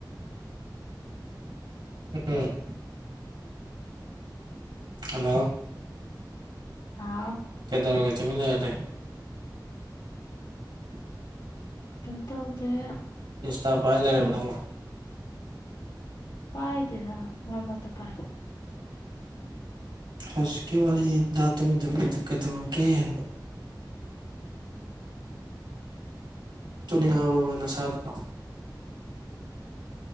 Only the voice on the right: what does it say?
ꯎꯝ ꯍꯜꯂꯣ
ꯀꯩꯗꯧꯔꯒꯦ ꯆꯃꯤ ꯂꯩꯔꯔꯦ <inaudible>
ꯏꯁꯁꯇꯐꯥꯏ ꯂꯩꯔꯕ ꯅꯣ
ꯍꯧꯖꯤꯛꯀꯤ ꯋꯥꯔꯤꯅꯤ ꯇꯃꯤ ꯀꯩꯗꯧꯔꯒꯦꯕ ꯇꯅꯤꯡꯉꯕꯕꯅ ꯁꯥꯗ